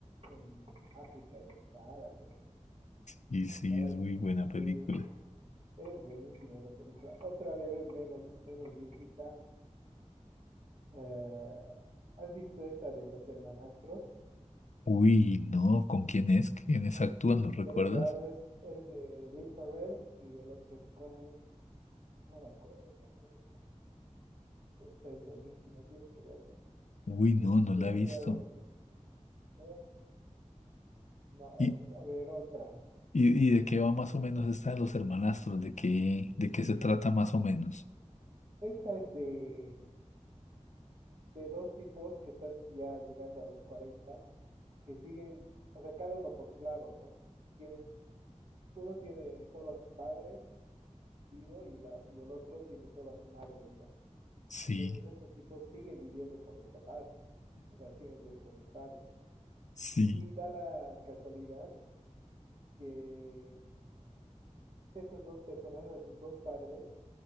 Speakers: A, on the right (about 55°); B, on the left (about 75°).
A: en África, en el Sahara, creo.
B: Y sí,
A: No,
B: es
A: es,
B: muy buena película.
A: sí, es buenísima esa película. Otra vez menos, menos viejita. eh, ¿has visto esta de los hermanastros?
B: Uy, no, ¿con quién es? ¿Quiénes actúan? ¿Lo recuerdas?
A: Step Brothers es de Will Ferrell y el otro, ¿cuál es? No me acuerdo el nombre. de este. Esta es buenísima, tienes que verla.
B: Uy,
A: Es
B: no, no
A: demasiado.
B: la he visto.
A: No, No,
B: ¿Y,
A: es, a ver, otra.
B: y, y de qué va más o menos esta de los hermanastros? ¿De qué, de qué se trata más o menos?
A: Esta es de, de dos tipos que están ya llegando a los 40, que siguen, o sea, cada uno por su lado, ¿no? Tienen, uno tiene solo a su padre vivo y, la, y el otro tiene solo a su madre viva.
B: Sí,
A: Entonces estos tipos siguen viviendo con los papás, o sea, siguen viviendo con sus padres
B: sí,
A: Y da la casualidad que estas dos personas, de sus dos padres,